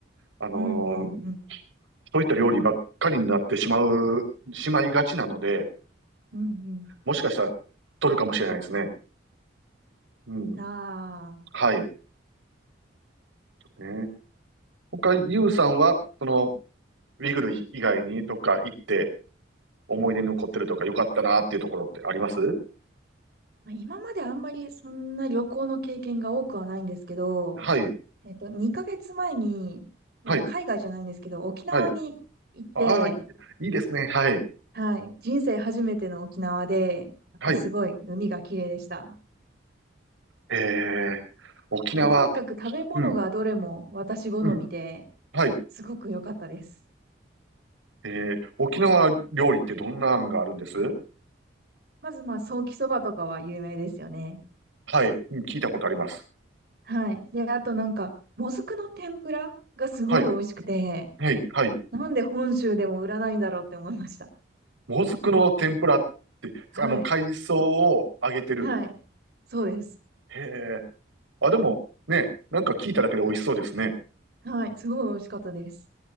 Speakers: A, on the right; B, on the right.
A: あの
B: うんうんうん。
A: ーそういった料理ばっかりになってしまう、しまいがちなので、
B: うん
A: もしかしたら取るかもしれないですね。うん。
B: うん。ああ。
A: はい。ね、他、ユウさんは、その、ウィグル以外にどっか行って思い出に残ってるとか良かったなっていうところってあります
B: まあ今まであんまりそんな旅行の経験が多くはないんですけど、
A: はい。
B: えっと、2ヶ月前に、まあ、
A: はい。
B: 海外じゃないんですけど、沖縄に行って、
A: はい。ああ、いいいですね。はい。
B: はい、人生初めての沖縄で、やっぱすごい海が綺麗でした。
A: はい。ええ、沖縄、
B: あと、とにかく食べ物がどれも私好みで、
A: うん、うん、はい。
B: すごく良かったです。
A: ええ、沖縄料理ってどんな案があるんです
B: まず、まあ、ソーキそばとかは有名ですよね。
A: はい、うん、聞いたことあります。
B: はい。で、あとなんか、もずくの天ぷらがすごい美味しくて、
A: はい、はい、はい。
B: なんで本州でも売らないんだろうって思いました。
A: もずくの天ぷらって、
B: はい。
A: あの、海藻を揚げてる。
B: はい。そうです。
A: へえ、あ、でも、ね、なんか聞いただけで美味しそうですね。
B: はい。すごい美味しかったです。